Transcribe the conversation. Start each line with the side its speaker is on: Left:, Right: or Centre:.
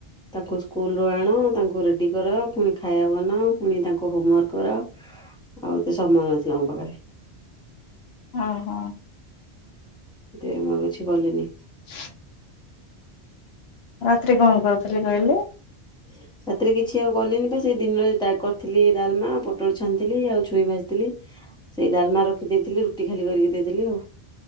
Centre: ତାଙ୍କୁ ସ୍କୁଲରୁ ଆଣ। ତାଙ୍କୁ ରେଡି କରାଅ ପୁଣି ଖାଇବା ବନାଅ ପୁଣି ତାଙ୍କୁ ହୋମୱାର୍କ କରାଓ ଆଉ ମତେ ସମୟ ନଥିଲା ମୋ ପାଖରେ।
Left: ଅ ହୋ।
Centre: ସେଥିପାଇଁ ମୁଁ କିଛି କଲିନି।
Left: <inaudible> ରାତିରେ କଣ କରୁଥିଲି କହିଲେ?
Centre: <inaudible> ରାତିରେ କିଛି ଆଉ ଗଲିନି ବା ସେଇ ଦିନରେ କରିଥିଲି ଡାଲମା, ପୋଟଳ ଛାଣିଥିଲି ଆଉ ଛୁଇଁ ଭାଜିଥିଲି। ସେଇ ଡାଲମା ରଖି ଦେଇଥିଲି ରୁଟି ଖାଲି କରିକି ଦେଇଥିଲି ଆଉ।